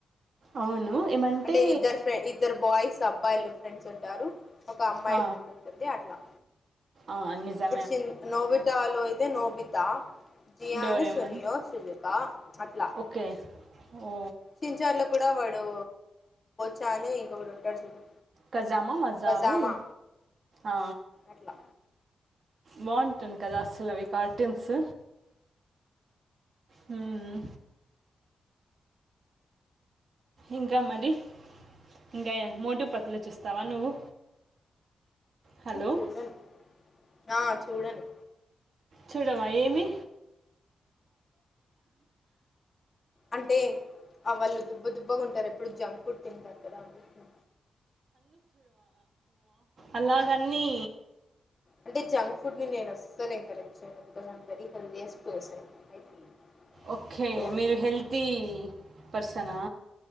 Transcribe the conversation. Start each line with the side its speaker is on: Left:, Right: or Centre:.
Right: అవును ఏమంటే
Left: అంటే ఇద్దరు ఫ్రం ఇద్దరు బాయ్స్ అబ్బాయిలు ఫ్రెండ్స్ ఉంటారు ఒక అమ్మాయి
Right: ఆ,
Left: ఫ్రెండ్ ఉంటుంది లా
Right: ఆ నిజా
Left: ఇప్పుడు చి నోబితాలో అయితే నోబితా జియాన్
Right: డోరేమాన్
Left: సునియో సుజిత అట్లా
Right: ఓకే ఓ
Left: చిచార్లో కూడా వాడు చానీ ఇంకొకటి ఉంటాడు చూడు
Right: కజామా మజావు
Left: పజామా
Right: ఆ,
Left: అట్లా
Right: బాగుంటుంది కదా అస్సలు అవి కార్టూన్స్ హ్మ్ ఇంకా మరి ఇంకాయ మెట్టు పత్లు చూస్తావా నువ్వు హలో
Left: చూడను ఆ చూడను
Right: చూడవా ఏమి
Left: అంటే ఆ వాళ్ళు దుబ్బ దుబ్బగా ఉంటారు ఎప్పుడు జా త కక్కద ఉ
Right: అలాగన్ని
Left: అంటే జంక్ ఫుడ్ ని నేను ఎంకరేజ్ చేయను because um very healthiest person I feel
Right: okay
Left: so అందుకని
Right: మీరు హెల్తీ పర్సనా